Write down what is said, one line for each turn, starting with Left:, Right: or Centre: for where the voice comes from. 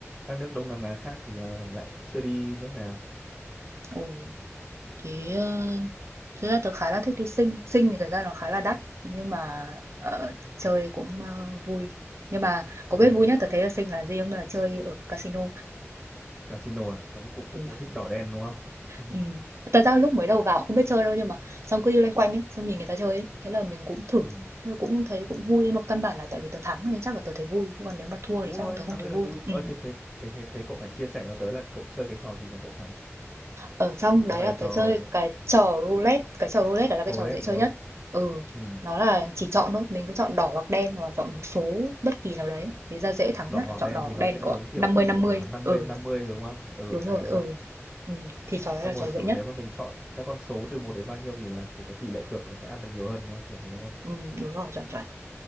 Centre: các nước Đông Nam Á khác thì à, lại chưa đi nước nào
Right: Ồ, thế ờ, thực ra tớ khá là thích đi Sing Sing thì thật ra nó khá là đắt nhưng mà ờ, chơi cũng ờ, vui nhưng mà có
Centre: ừ.
Right: biết vui nhất tớ thấy ở Sing là gì không là chơi ở casino
Centre: casino à cũng cũng
Right: ừ,
Centre: cũng thích đỏ đen đúng không
Right: Ừ.
Centre: <laughs>
Right: Thật ra lúc mới đầu vào cũng không biết chơi đâu nhưng mà xong cứ đi loanh quanh ấy, xong nhìn người ta chơi ấy, thế là mình cũng thử
Centre: ừ.
Right: nhưng cũng thấy cũng vui nhưng mà căn bản là tại vì tớ thắng nên chắc là tớ thấy vui chứ còn nếu mà thua
Centre: đúng
Right: thì chắc
Centre: rồi
Right: là tớ
Centre: thắng
Right: không thấy
Centre: rất
Right: vui
Centre: là vui
Right: ừ.
Centre: ờ thế thế thế thế thế cậu phải chia sẻ cho tớ là cậu chơi cái trò gì mà cậu thắng
Right: Ở trong
Centre: có
Right: đấy
Centre: phải
Right: là
Centre: là
Right: tớ
Centre: trò
Right: chơi cái trò roulette cái trò roulette là cái
Centre: roulette
Right: trò dễ chơi
Centre: đúng không
Right: nhất ừ
Centre: ừ.
Right: nó là chỉ chọn thôi mình cứ chọn đỏ hoặc đen hoặc là chọn một số bất kỳ nào đấy thế ra dễ thắng
Centre: đỏ
Right: nhất
Centre: hoặc
Right: là chọn
Centre: đen
Right: đỏ hoặc
Centre: thì nó
Right: đen
Centre: sẽ
Right: cậu
Centre: giống
Right: ạ
Centre: kiểu
Right: năm mươi năm mươi.
Centre: ờ, năm
Right: ừ
Centre: mươi 50 rồi đúng không ừ
Right: đúng
Centre: đấy
Right: rồi
Centre: đúng
Right: ừ.
Centre: không
Right: ừ thì trò đấy
Centre: xong
Right: là trò
Centre: rồi
Right: dễ
Centre: kiểu
Right: nhất
Centre: nếu mà mình chọn các con số từ một đến bao nhiêu thì là kiểu cái tỷ lệ cược nó sẽ ăn được nhiều hơn đúng không kiểu thế đúng
Right: ừ đúng rồi chuẩn chuẩn